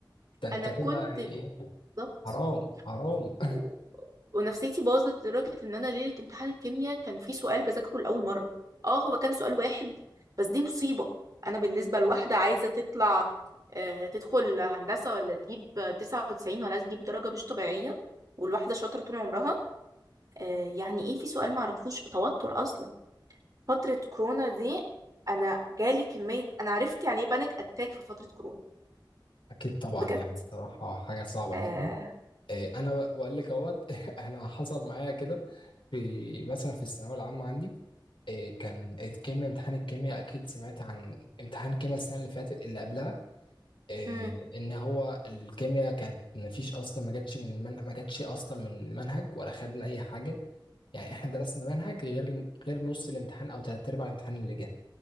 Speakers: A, on the left; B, on the right.
A: ده أنت
B: أنا
A: كده
B: كنت
A: يعني
B: ضغط
A: حرام حرام
B: و... ونفسيتي باظت لدرجة ان انا ليلة امتحان الكيمياء كان في سؤال بذاكره لأول مرة اه هو كان سؤال واحد بس دي مصيبة انا بالنسبة لواحدة عايزة تطلع آه تدخل هندسة ولا تجيب تسعة وتسعين ولا تجيب درجة مش طبيعية والواحدة شاطرة طول عمرها آه يعني ايه في سؤال معرفوش توتر اصلا فترة كورونا دي انا جالي كمية انا عرفت يعني ايه بانيك اتاك في فترة كورونا
A: <laughs> أكيد طبعا
B: بجد
A: يعني بصراحة حاجة صعبة
B: آه.
A: جدا إيه، انا ب- بقول لك اهوت <laughs> انا حصل معايا كده في مثلا في الثانويه العامه عندي إيه، كان الكيمياء امتحان الكيمياء اكيد سمعت عن امتحان الكيمياء السنه اللي فاتت اللي قبلها إيه،
B: مم.
A: ان هو الكيمياء كانت ما فيش اصلا ما جاتش من المن... ما جاتش اصلا من المنهج ولا خدنا اي حاجه يعني احنا درسنا منهج غير غير نص الامتحان او تلات ارباع الامتحان اللي جه